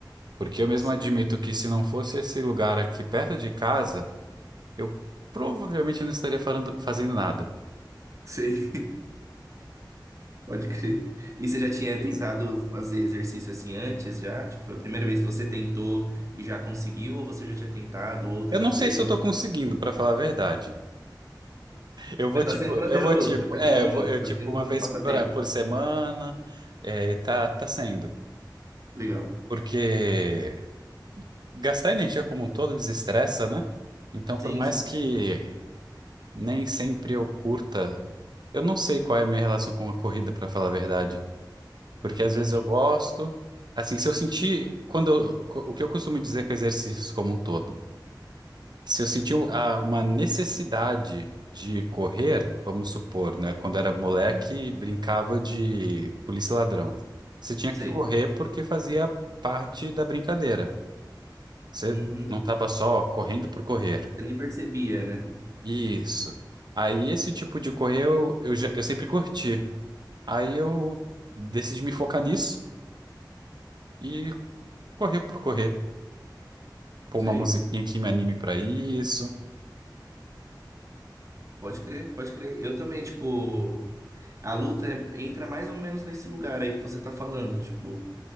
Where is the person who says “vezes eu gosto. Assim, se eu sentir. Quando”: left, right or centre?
Right